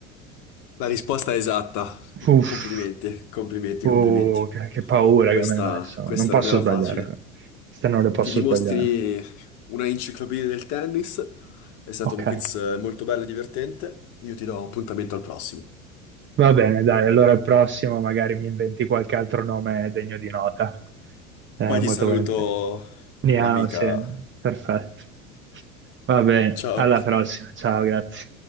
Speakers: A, on the left; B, on the right.
A: La risposta è esatta.
B: Uff,
A: Complimenti, complimenti,
B: oh,
A: complimenti.
B: che, che paura
A: Questa,
B: che mi hai messo.
A: questa
B: Non posso
A: non era
B: sbagliare.
A: facile.
B: Queste non le posso
A: Ti dimostri
B: sbagliare.
A: una enciclopedia del tennis. È stato
B: Ok.
A: un quiz eh, molto bello e divertente. Io ti do appuntamento al prossimo.
B: Va bene, dai, allora al prossimo magari mi inventi qualche altro nome degno di nota. Eh,
A: Poi
B: molto
A: ti saluto
B: volentieri. Niao,
A: l'amica.
B: sì, perfetto. Va bene,
A: Ciao.
B: alla prossima. Ciao, grazie.